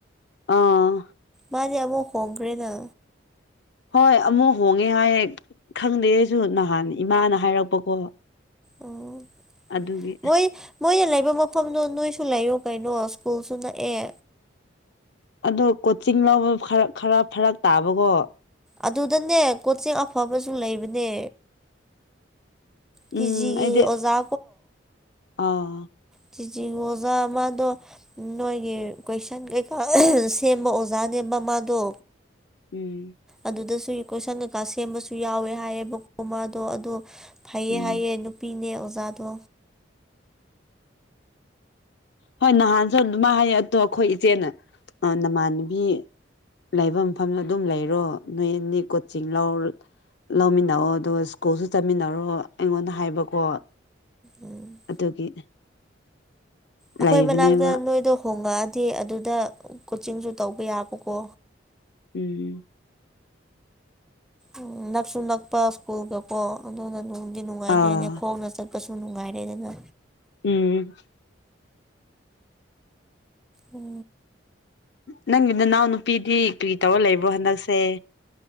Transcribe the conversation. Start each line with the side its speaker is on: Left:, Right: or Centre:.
Left: ꯑꯥ
Centre: ꯃꯥꯗꯤ ꯑꯃꯨꯛ ꯍꯣꯡꯒ꯭ꯔꯦꯅ
Left: ꯍꯣꯏ ꯑꯃꯨꯛ ꯍꯣꯡꯉꯦ ꯍꯥꯏꯌꯦ ꯈꯪꯗꯦ ꯑꯩꯁꯨ ꯅꯍꯥꯟ ꯏꯃꯥꯅ ꯍꯥꯏꯔꯛꯄꯀꯣ
Centre: ꯑꯣ
Left: ꯑꯗꯨꯒꯤ
Centre: ꯃꯣꯏ ꯃꯣꯏꯅ ꯂꯩꯕ ꯃꯐꯝꯗꯣ ꯅꯣꯏꯁꯨ ꯂꯩꯌꯣ ꯀꯩꯅꯣ ꯁ꯭ꯀꯨꯜꯁꯨ ꯅꯛꯑꯦ
Left: ꯑꯗꯣ ꯀꯣꯆꯤꯡ ꯂꯧꯕ ꯈꯔ ꯈꯔ ꯐꯔꯛ ꯇꯥꯕꯒꯣ
Centre: ꯑꯗꯨꯗꯅꯦ ꯀꯣꯆꯤꯡ ꯑꯐꯕꯁꯨ ꯂꯩꯕꯅꯦ ꯇꯤꯖꯤꯒꯤ
Left: ꯎꯝ ꯑꯩꯗꯤ
Centre: ꯑꯣꯖꯥ
Left: ꯑꯥ
Centre: ꯇꯤ ꯖꯤꯒꯤ ꯑꯣꯖꯥ ꯑꯃꯥꯗꯣ ꯅꯣꯏꯒꯤ ꯀꯣꯏꯁꯟ ꯀꯩꯀꯥ ꯁꯦꯝꯕ ꯑꯣꯖꯥꯅꯦꯕ ꯃꯥꯗꯣ
Left: ꯎꯝ
Centre: ꯑꯗꯨꯗꯁꯨ ꯀꯣꯏꯁꯟ ꯀꯩꯀꯥ ꯁꯦꯝꯕꯁꯨ ꯌꯥꯎꯋꯦ ꯍꯥꯏꯌꯦꯕꯀꯣ ꯃꯥꯗꯣ ꯑꯗꯣ ꯐꯩꯌꯦ
Left: ꯎꯝ
Centre: ꯍꯥꯏꯌꯦ ꯅꯨꯄꯤꯅꯦ ꯑꯣꯖꯥꯗꯣ
Left: ꯍꯣꯏ ꯅꯍꯥꯟꯖꯨ ꯑꯗꯨꯃꯥꯏ ꯍꯥꯏꯌꯦ ꯑꯗꯣ ꯑꯈꯣꯏ ꯏꯆꯦꯅ ꯑ ꯅꯃꯥꯟꯅꯕꯤ ꯂꯩꯕ ꯃꯐꯝꯗ ꯑꯗꯨꯝ ꯂꯩꯔꯣ ꯅꯣꯏ ꯑꯅꯤ ꯀꯣꯆꯤꯡ ꯂꯧ ꯂꯧꯃꯤꯟꯅꯧꯋꯣ ꯑꯗꯨꯒ ꯁ꯭ꯀꯨꯜꯁꯨ ꯆꯠꯃꯤꯟꯅꯔꯣ ꯑꯩꯉꯣꯟꯗ ꯍꯥꯏꯕꯀꯣ
Centre: ꯎꯝ
Left: ꯑꯗꯨꯒꯤ
Centre: ꯑꯈꯣꯏ
Left: ꯂꯩꯕꯅꯦꯕ
Centre: ꯃꯅꯥꯛꯇ ꯅꯣꯏꯗꯣ ꯍꯣꯡꯉꯛꯑꯗꯤ ꯑꯗꯨꯗ ꯀꯣꯆꯤꯡꯖꯨ ꯇꯧꯕ ꯌꯥꯕꯀꯣ
Left: ꯎꯝ
Centre: ꯎꯝ ꯅꯛꯁꯨ ꯅꯛꯄ ꯁ꯭ꯀꯨꯜꯒꯀꯣ ꯑꯗꯨꯅ ꯗꯤ ꯅꯨꯡꯉꯥꯏꯇ꯭ꯔꯦꯅꯦ
Left: ꯑꯥ
Centre: ꯈꯣꯡꯅ ꯆꯠꯄꯁꯨ ꯅꯨꯡꯉꯥꯏꯔꯦꯗꯅ
Left: ꯎꯝ
Centre: ꯑꯣ
Left: ꯅꯪꯒꯤ ꯅꯅꯥꯎ ꯅꯨꯄꯤꯗꯤ ꯀꯔꯤ ꯇꯧꯔ ꯂꯩꯕ꯭ꯔꯣ ꯍꯟꯗꯛꯁꯦ